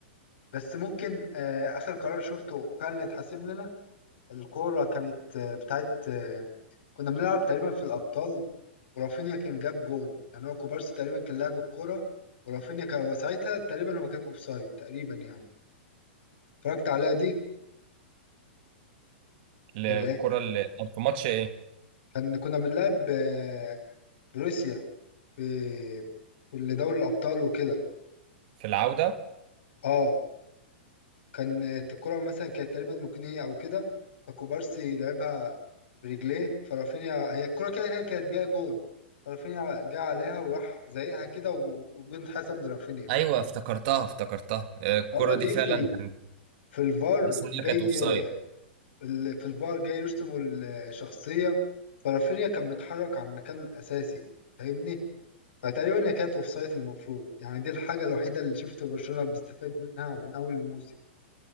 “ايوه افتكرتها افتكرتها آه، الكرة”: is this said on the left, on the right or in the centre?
Right